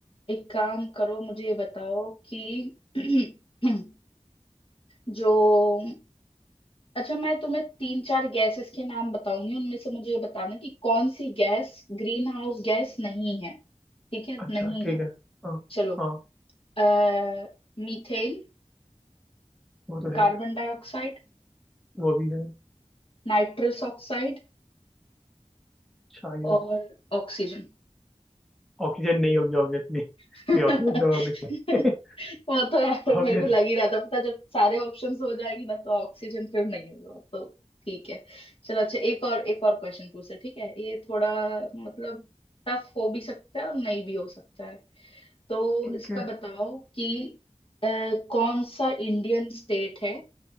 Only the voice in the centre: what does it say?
अच्छा
ठीक
है हाँ
हाँ
वो तो
है
वो भी है
शायद
ऑक्सीजन नहीं होगी ऑब्वियसली
ये ऑक्सीजन तो होगी
ऑब्वियस
ठीक
है